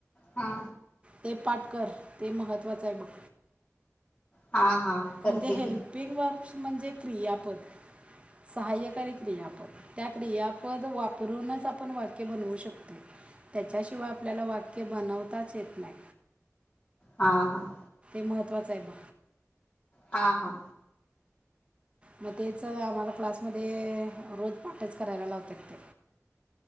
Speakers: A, on the left (about 30°); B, on the right (about 20°).
A: हा
B: ते पाठ कर ते महत्त्वाचे आहे बघ.
A: हा हा करते
B: म्हणजे हेल्पिंग
A: की
B: वर्क्स म्हणजे क्रियापद सहाय्यकारी क्रियापद त्या क्रियापद वापरूनच आपण वाक्य बनवू शकतो त्याच्याशिवाय आपल्याला वाक्य बनवताच येत नाही.
A: हा हा
B: महत्वाचा आहे ब
A: हा हा
B: म तेच आम्हाला क्लास मध्ये रोज पाठच करायला लावतेत ते.